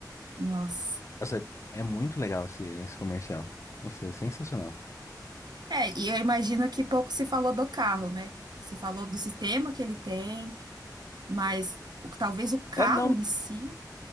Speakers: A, on the right; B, on the left.
A: Nossa.
B: Nossa, é muito legal esse, esse comercial. Nossa, é sensacional.
A: É, e eu imagino que pouco se falou do carro, né? Se falou do sistema que ele tem, mas o, talvez o carro
B: É, não,
A: em si,